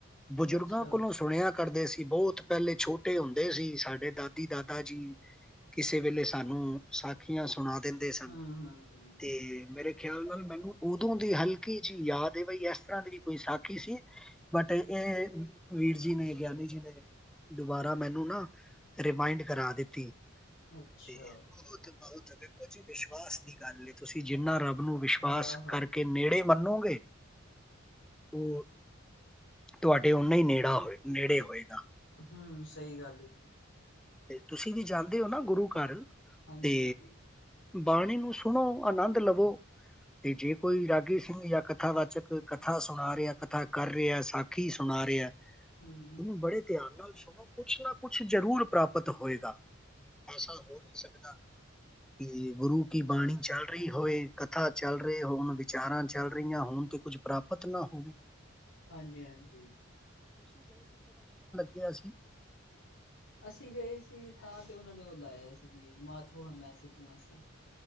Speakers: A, in the centre; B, on the left.
A: ਬਜ਼ੁਰਗਾਂ
B: ਅੱਛਾ,
A: ਕੋਲੋਂ ਸੁਣਿਆ ਕਰਦੇ ਸੀ ਬਹੁਤ ਪਹਿਲੇ ਛੋਟੇ ਹੁੰਦੇ ਸੀ ਸਾਡੇ ਦਾਦੀ ਦਾਦਾ ਜੀ ਕਿਸੇ ਵੇਲੇ ਸਾਨੂੰ ਸਾਖੀਆਂ ਸੁ ਸੁਣਾ ਦਿੰਦੇ ਸਨ
B: ਹੂੰ-ਹੂੰ,
A: ਤੇ ਮੇਰੇ ਖਿਆਲ ਨਾਲ ਮੈਨੂੰ ਉਦੋਂ ਦੀ ਹਲਕੀ ਜਿਹੀ ਯਾਦ ਬਈ ਇਸ ਤਰ੍ਹਾਂ ਦੀ ਵੀ ਕੋਈ ਸਾਖੀ ਸੀ ਬਟ ਇਹ ਵੀਰ ਜੀ ਨੇ ਗਿਆਨੀ ਜੀ ਨੇ, ਦੁਬਾਰਾ ਮੈਨੂੰ ਨਾ ਰਿਮਾਇੰਡ ਕਰਾ ਦਿੱਤੀ।
B: ਅੱਛਾ
A: ਤੇ ਬਹੁਤ ਬਹੁਤ ਵਿਸ਼ਵਾਸ ਦੀ ਗੱਲ ਤੁਸੀਂ ਜਿੰਨਾ ਰੱਬ ਨੂੰ ਵਿਸ਼ਵਾਸ
B: ਹਾਂ-ਹਾਂ,
A: ਕਰਕੇ ਨੇੜੇ ਮੰਨੋ ਉਹ ਤੁਹਾਡੇ ਓਨਾ ਹੀ ਨੇੜਾ ਹੋਏ ਨੇੜੇ ਹੋਏਗਾ।
B: ਹੂੰ ਸਹੀ ਗੱਲ ਐ।
A: ਤੇ ਤੁਸੀਂ ਵੀ ਜਾਂਦੇ ਹੋ ਨਾ ਗੁਰੂ ਘਰ
B: ਹਾਂਜੀ-ਹਾਂਜੀ।
A: ਤੇ ਬਾਣੀ ਨੂੰ ਸੁਣੋ ਆਨੰਦ ਲੱਭ ਤੇ ਜੇ ਕੋਈ ਰਾਗੀ ਸਿੰਘ ਜਾਂ ਕਥਾ ਵਾਚਕ ਕਥਾ ਸੁਣਾ ਰਿਹਾ ਕਥਾ ਕਰ ਰਿਹਾ ਸਾਖੀ ਸੁਣਾ ਰਿਹਾ
B: ਹੂੰ,
A: ਉਹਨੂੰ ਬੜੇ ਧਿਆਨ ਨਾਲ ਕੁਛ ਨਾ ਕੁਛ ਜਰੂਰ ਪ੍ਰਾਪਤ ਹੋਏਗਾ ਐਸਾ ਹੋ ਨਹੀਂ ਸਕਦਾ। ਕਿ ਗੁਰੂ ਕੀ ਬਾਣੀ ਚੱਲ ਰਹੀ ਹੋਵੇ, ਕਥਾ ਚੱਲ ਰਹੇ ਹੋਣ ਵਿਚਾਰਾਂ ਚੱਲ ਰਹੀਆਂ ਹੋਣ ਤੇ ਕੁੱਝ ਪ੍ਰਾਪਤ ਨਾ ਹੋਵੇ।
B: ਹਾਂਜੀ-ਹਾਂਜੀ
A: ਗਿਆ ਸੀ।
B: ਅਸੀਂ ਗਏ ਸੀ ਤਾਂ ਤੇ ਉਹਨਾਂ ਨੇ ਉਹ ਲਾਇਆ ਸੀ ਜੀ ਮਾਧੋ ਹਮ ਐਸੇ ਤੂੰ ਐਸਾ